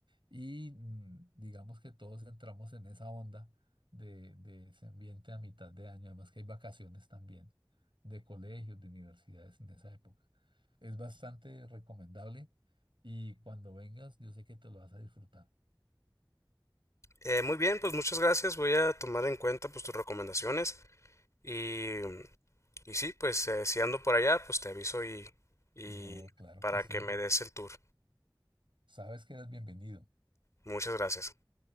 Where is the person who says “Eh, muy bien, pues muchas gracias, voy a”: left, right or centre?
Left